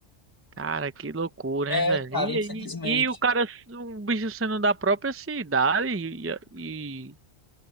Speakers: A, on the right; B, on the left.
A: Cara, que loucura,
B: é,
A: hein, velho?
B: cara,
A: E,
B: infelizmente.
A: e, e o cara, o bicho sendo da própria cidade e, e